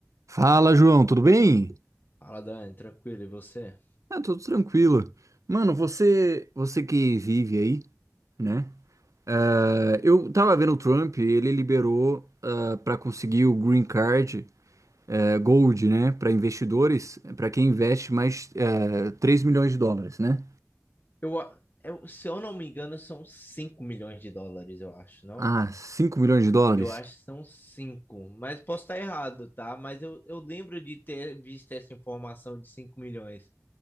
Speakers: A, on the right (about 75°); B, on the left (about 40°).
A: Fala, João, tudo bem?
B: Fala, Dani, tranquilo, e você?
A: Ah, tudo tranquilo. Mano, você, você que vive aí, né? Eh, Eu tava vendo o Trump, ele liberou ah, pra para conseguir o Green Card eh, Gold, né, Pra investidores, pra quem investe mais eh, 3 milhões de dólares, né?
B: Eu, a- eu- se eu não me engano, são 5 milhões de dólares, eu acho, não?
A: Ah, cinco milhões de dólares?
B: Eu acho que são 5 mas posso estar errado, tá? Mas eu, eu lembro de ter visto essa informação de 5 milhões.